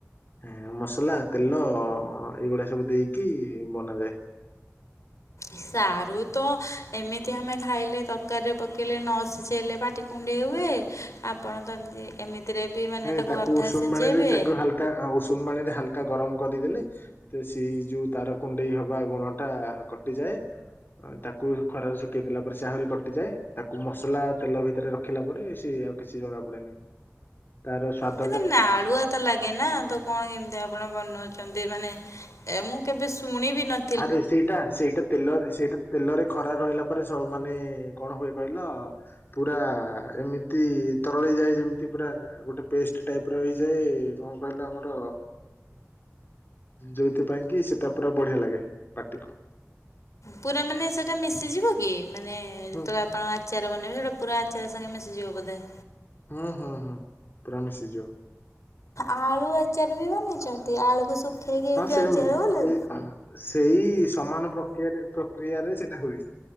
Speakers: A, on the left; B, on the left.
A: ଆ ମସଲା, ତେଲ ଏଇଗୁଡା ସବୁ ଦେଇକି ବନାଯାଏ।
B: ସାରୁ ତ ଏମିତି ଆମେ ଖାଇଲେ ତରକାରୀରେ ପକେଇଲେ ନ ସିଝେଇଲେ ପାଟି କୁଣ୍ଡେଇ ହୁଏ, ଆପଣ ତ ଏମିତି ଏମିତିରେ ବି ମାନେ
A: ଏ
B: ତାକୁ ଅଧା
A: ଉଷୁମ
B: ସିଝାଇବେ।
A: ପାଣିରେ ତାକୁ ହାଲକା ଉଷୁମ ପାଣି ରେ ହାଲକା ଗରମ କରିଦେଲି ତ ସେଇ ଯୋଉ ତାର କୁଣ୍ଡେଇ ହବା ଗୁଣଟା କଟିଯାଏ। ତାକୁ ଖରାରେ ଶୁଖେଇଦେଲା ପରେ ସେ ଆହୁରି କଟିଯାଏ ତାକୁ ମସଲା ତେଲ ଭିତରେ ର ଖିଲା ପରେ ସିଏ ଆଉ କିଛି ଜଣା ପଡେନି। ତାର ସ୍ୱା
B: କିନ୍ତୁ ନାଳୁଆ ତ ଲାଗ୍ ଏ ନା ତ କଣ କେମିତି ଆପଣ ବନଉଛନ୍ତି ମାନେ ଏ ମୁଁ କେବେ ଶୁଣିବି ନ
A: ଆରେ ସେଇଟା ସେଇଟା ତେଲ ସେଇଟା ତେଲରେ ଖରା ରହିଲା ପରେ ସବୁ ମାନେ କଣ ହୁଏ କହିଲ ପୁରା ଏମିତି ତରଳେଇ ଯାଏ ଯେମିତି ପୁରା ଗୋଟେ ପେଷ୍ଟ ଟାଇପ ର ହେଇଯାଏ କଣ କହିଲା ଆମର ଯୋଉଥିପାଇଁ କି ସେଟା ପୁରା ବଢିଆ ଲାଗେ ପାଟିକୁ।
B: ପୁରା ମାନେ ସେଟା ମିଶିଯିବ କି ମାନେ ଯେତେବେଳେ
A: ହୁଁ
B: ଆପଣ ଆଚାର ବନେଇବେ ସେଇଟା ପୁରା ଆଚାର ସାଙ୍ଗେ ମିସିଯିବ ବୋଧେ।
A: ହୁଁ ହୁଁ ହୁ ପୁରା ମିଶିଯିବ।
B: ଆଳୁ ଆଚାର ବି ବନେଇଛନ୍ତି ଆଳୁକୁ ଶୁଖେଇକି
A: ହଁ
B: ଏମ
A: ସେମ୍
B: ଆଚାର ବନା
A: ଏଇ ସେଇ ସମାନ ପକ୍ରିୟାରେ ପ୍ରକ୍ରିୟାରେ ସେଇଟା ହୁଏ।